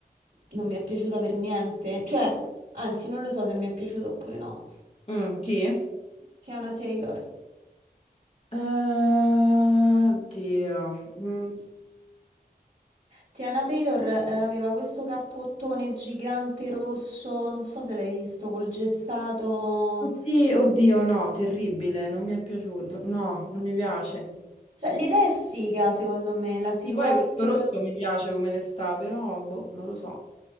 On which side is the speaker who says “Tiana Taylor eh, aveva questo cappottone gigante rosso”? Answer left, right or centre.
Right